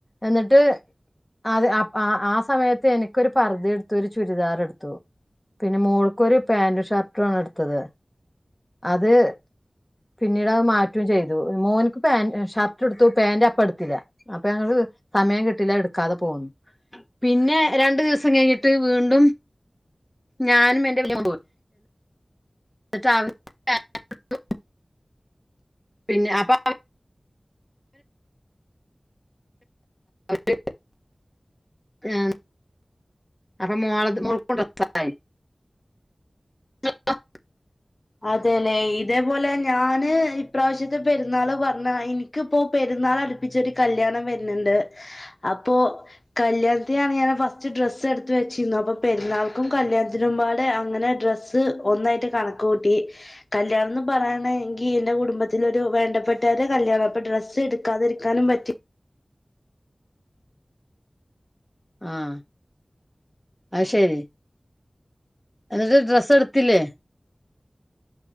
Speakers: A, in the centre; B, on the left.
A: എന്നിട്ട് അത് അ അ ആ സമയത്ത് എനിക്കൊരു പർദ എടുത്തു ഒരു ചുരിദാറെടുത്തു പിന്നെ മോൾക്കൊരു പാൻറും ഷർട്ടും ആണ് എടുത്തത് അത് പിന്നീടയ് മാറ്റും ചെയ്തു മോൻക്ക് പാൻറ് ഷർട്ട് എടുത്തു പാന്റ് അപ്പ എടുത്തില്ല അപ്പൊ ഞങ്ങള് സമയം കിട്ടീല്ല എടുക്കാതെ പോന്നു പിന്നെ രണ്ടു ദിവസം കഴിഞ്ഞിട്ട് വീണ്ടും ഞാനും എന്റെ വെല്യ മോനും പോയി എന്നിട്ടാവ <unintelligible> പിന്നെ അപ്പ അവ <unintelligible> ആ അപ്പൊ മോളത് മോൾക്കുണ്ടായി <unintelligible>
B: അതെല്ലെ ഇതേപോലെ ഞാന് ഇപ്രാവശ്യത്തെ പെരുന്നാള് പറഞ്ഞ എനി ക്ക് ഇപ്പോപെരുന്നാൾ അടുപ്പിച്ചൊരു കല്യാണം വരുന്നുണ്ട് അപ്പോ കല്യാണത്തിെയാണ് ഞാൻ ഫസ്റ്റ് ഡ്രസ്സ് എടുത്ത് വെച്ചിരുന്നു അപ്പൊ പെരുന്നാൾക്കും കല്യാത്തിനുംപാട് അങ്ങനെ ഡ്രസ് ഡ്രസ്സ്‌ ഒന്നായിട്ട് കണക്ക് കൂട്ടി കല്യാണം എന്ന് പറയാണെങ്കി എന്റെ കുടുംബത്തില ഒരു വേണ്ടപ്പെട്ടവര കല്യാണം അപ്പൊ ഡ്രസ്സ് എടുക്കാതിരിക്കാനും പറ്റി
A: ആഹ് അത് ശരി എന്നിട്ട് ഡ്രസ് എട്ത്തിലെ?